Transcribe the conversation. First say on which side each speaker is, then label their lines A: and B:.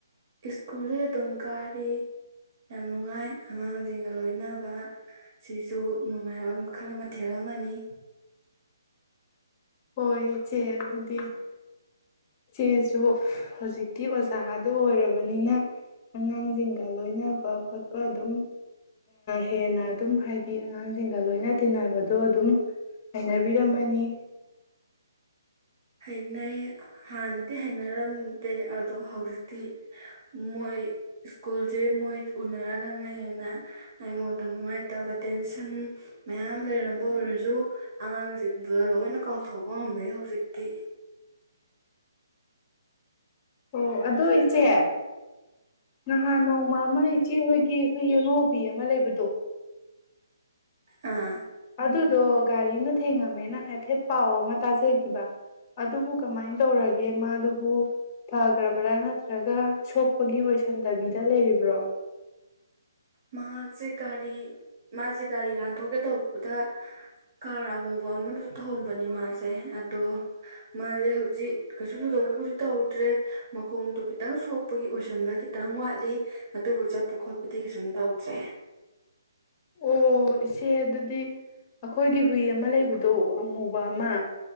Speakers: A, on the right (about 45°); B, on the left (about 25°).
A: ꯁ꯭ꯀꯨꯜꯗꯤ ꯑꯗꯨꯝ ꯀꯥꯔꯤ ꯌꯥꯝ ꯅꯨꯡꯉꯥꯏ ꯑꯉꯥꯡꯁꯤꯡꯒ ꯂꯣꯏꯅꯕ ꯁꯤꯁꯨ ꯅꯨꯡꯉꯥꯏꯕ ꯃꯈꯜ ꯃꯊꯦꯜ ꯑꯃꯅꯤ
B: ꯍꯣꯏ ꯏꯆꯦ ꯑꯗꯨꯗꯤ ꯆꯦꯁꯨ ꯍꯧꯖꯤꯛꯇꯤ ꯑꯣꯖꯥꯗ ꯑꯣꯏꯔꯕꯅꯤꯅ ꯑꯉꯥꯡꯁꯤꯡꯒ ꯂꯣꯏꯅꯕ ꯈꯣꯠꯄ ꯑꯗꯨꯝ ꯍꯦꯟꯅ ꯑꯗꯨꯝ ꯍꯥꯏꯗꯤ ꯑꯉꯥꯡꯁꯤꯡꯒ ꯂꯣꯏꯅ ꯇꯤꯟꯅꯕꯗꯣ ꯑꯗꯨꯝ ꯍꯩꯅꯕꯤꯔꯝꯃꯅꯤ
A: ꯍꯩꯅꯩ ꯍꯥꯟꯅꯗꯤ ꯍꯩꯅꯔꯝꯗꯦ ꯑꯗꯣ ꯍꯧꯖꯤꯛꯇꯤ ꯃꯣꯏ ꯁ꯭ꯀꯨꯜꯁꯦ ꯃꯣꯏ ꯎꯅꯔꯒꯅ ꯍꯦꯟꯅ ꯑꯩꯉꯣꯟꯗ ꯅꯨꯡꯉꯥꯏꯇꯕ ꯇꯦꯟꯁꯟ ꯃꯌꯥꯝ ꯂꯩꯔꯝꯕ ꯑꯣꯏꯔꯁꯨ ꯑꯉꯥꯡꯁꯤꯡꯗꯨꯗ ꯂꯣꯏꯅ ꯀꯥꯎꯊꯣꯛꯄ ꯉꯝꯅꯩ ꯍꯧꯖꯤꯛꯇꯤ ꯀ
B: ꯑꯣ ꯑꯗꯣ ꯏꯆꯦ ꯉꯍꯥꯟ ꯅꯣꯡ ꯃꯥꯃ ꯏꯆꯦꯍꯣꯏꯒꯤ ꯑꯩꯈꯣꯏ ꯌꯦꯉꯧꯕꯤ ꯑꯃ ꯂꯩꯕꯗꯣ
A: ꯑꯥ
B: ꯑꯗꯨꯗꯣ ꯒꯥꯔꯤꯅ ꯊꯦꯡꯉꯝꯃꯦꯅ ꯍꯥꯏꯐꯦꯠ ꯄꯥꯎ ꯑꯃ ꯇꯥꯖꯈꯤꯕ ꯑꯗꯨꯕꯨ ꯀꯃꯥꯏꯅ ꯇꯧꯔꯒꯦ ꯃꯥꯗꯨꯕꯨ ꯐꯈ꯭ꯔꯕ꯭ꯔꯥ ꯅꯠꯇ꯭ꯔꯒ ꯁꯣꯛꯄꯒꯤ ꯑꯣꯏꯁꯟꯗꯕꯤꯗ ꯂꯩꯔꯤꯕ꯭ꯔꯣ
A: ꯃꯍꯥꯛꯁꯦ ꯒꯥꯔꯤ ꯃꯥꯁꯦ ꯒꯥꯔꯤ ꯂꯥꯟꯊꯣꯛꯀꯦ ꯇꯧꯕꯗ ꯀꯥꯔ ꯑꯃꯨꯕ ꯑꯃꯗꯁꯨ ꯊꯝꯕꯅꯦ ꯃꯥꯁꯦ ꯑꯗꯣ ꯃꯥꯁꯦ ꯍꯧꯖꯤꯛ ꯀꯩꯁꯨ ꯆꯨꯗꯧꯕꯕꯨꯗꯤ ꯇꯧꯗ꯭ꯔꯦ ꯃꯈꯣꯡꯗꯣ ꯈꯤꯇꯪ ꯁꯣꯛꯄꯒꯤ ꯑꯣꯏꯁꯟꯕ ꯈꯤꯇꯪ ꯋꯥꯠꯂꯤ ꯑꯗꯨꯕꯨ ꯆꯠꯄ ꯈꯣꯠꯄꯗꯤ ꯀꯩꯁꯨꯝ ꯇꯧꯗ꯭ꯔꯦ
B: ꯑꯣ ꯏꯆꯦ ꯑꯗꯨꯗꯤ ꯑꯩꯈꯣꯏꯒꯤ ꯍꯨꯏ ꯑꯃ ꯂꯩꯕꯗꯣ ꯑꯃꯨꯕ ꯑꯃ